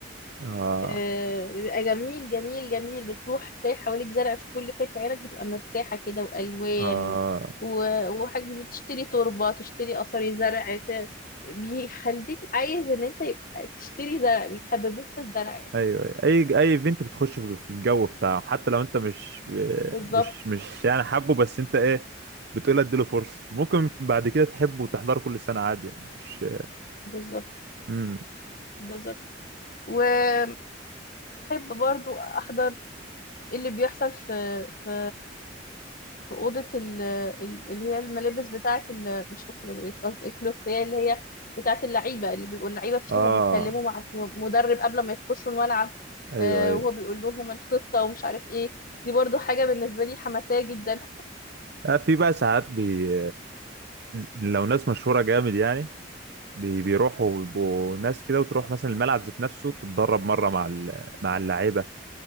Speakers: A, on the right; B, on the left.
A: آه.
B: آه، بيبقى جميل جميل جميل بتروح تلاقي حواليك زرع في كل حتة عينك بتبقى مرتاحة كده وألوان
A: آه.
B: و... و- وحاجة جديدة تشتري تربة تشتري قصري زرع ت... بيخليك عايز ان انت يبقى تشتري زرع بيحببوك في الزرع يعني.
A: ايوه أيوة. اي اي ايفنت بتخش في في الجو بتاعه حتى لو انت مش
B: بالظبط
A: مش مش يعني حابه بس انت ايه بتقول اديله فرصه ممكن بعد كده تحبه وتحضره كل سنه عادي يعني مش
B: بالظبط
A: امم
B: بالظبط وأحب برضو أحضر اللي بيحصل في في في اوضه ال- ال- اللي هي الملابس بتاعه ال- مش اوضه الملابس قصدي الكلوت هي اللي هي بتاعه اللعيبه اللي بيبقوا اللعيبه فيها
A: اه
B: بيتكلموا مع المدرب قبل ما يخشوا الملعب
A: ايوه
B: آه،
A: ايوه
B: وهو بيقول لهم الخطه ومش عارف ايه دي برضو حاجه بالنسبه لي حماسيه جدا
A: آه في بقى ساعات بي... لو ناس مشهوره جامد يعني بي... بيروحوا بيبقوا ناس كده وتروح مثلا الملعب ذات نفسه تتدرب مره مع ال... مع اللعيبه